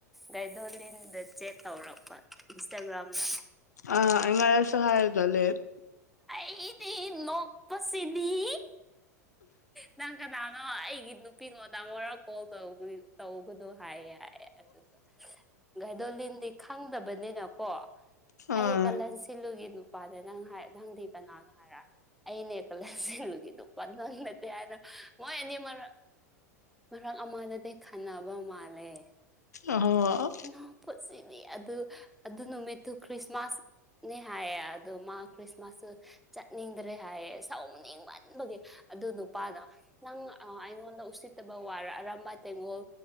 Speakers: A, in the centre; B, on the left.
A: ꯒꯥꯏꯗꯣꯂꯤꯟꯗ ꯆꯦꯠ ꯇꯧꯔꯛꯄ ꯏꯟꯁꯇꯥꯒ꯭ꯔꯥꯝꯗ
B: ꯑꯥ ꯑꯩ ꯉꯔꯥꯡꯁꯨ ꯍꯥꯏ <unintelligible>
A: ꯑꯩꯗꯤ ꯅꯣꯛꯄꯁꯤꯗꯤ ꯅꯪ ꯀꯅꯥꯅꯣ ꯑꯩꯒꯤ ꯅꯨꯄꯤꯉꯣꯟꯗ ꯑꯃꯨꯔꯛ ꯀꯣꯜ ꯇꯧꯕꯅꯤ ꯇꯧꯒꯅꯣ ꯍꯥꯏꯌꯦ ꯍꯥꯏ ꯑꯗꯨ ꯒꯥꯥꯏꯗꯣꯂꯤꯟꯗꯤ ꯈꯪꯗꯕꯅꯤꯅꯀꯣ ꯑꯩ
B: ꯑꯥ
A: ꯀꯂꯦꯟ ꯁꯤꯜꯂꯨꯒꯤ ꯅꯨꯄꯥꯅꯦ ꯅꯪꯍꯥꯏ ꯅꯪꯗꯤ ꯀꯅꯥꯅꯣ ꯍꯥꯏꯔ ꯑꯩꯅꯦ ꯀꯂꯦꯟ ꯁꯤꯜꯂꯨꯒꯤ ꯅꯨꯄꯥ ꯅꯪ ꯅꯠꯇꯦ ꯍꯥꯏꯅ ꯃꯣꯏ ꯑꯅꯤ ꯃꯔꯛ ꯃꯔꯛ ꯑꯃꯅꯗꯤ ꯈꯟꯅꯕ ꯃꯥꯜꯂꯦ
B: ꯑꯣꯍꯣ
A: ꯅꯣꯛꯄꯁꯤꯗꯤ ꯑꯗꯨ ꯑꯗꯨ ꯅꯨꯃꯤꯠꯇꯨ ꯈ꯭ꯔꯤꯁꯃꯥꯁ ꯅꯦ ꯍꯥꯏꯌꯦ ꯑꯗ ꯗꯣ ꯃꯥ ꯈ꯭ꯔꯤꯁꯃꯥꯁꯁꯨ ꯆꯠꯅꯤꯡꯗ꯭ꯔꯦ ꯍꯥꯏꯌꯦ ꯁꯥꯎꯅꯤꯡꯃꯟꯕꯒꯤ ꯑꯗꯨ ꯅꯨꯄꯥꯅ ꯅꯪ ꯑꯥ ꯑꯩꯉꯣꯟꯗ ꯎꯁꯤꯠꯇꯕ ꯋꯥꯔꯥ ꯑꯔꯥꯝꯕꯥꯏ ꯇꯦꯡꯒꯣꯜ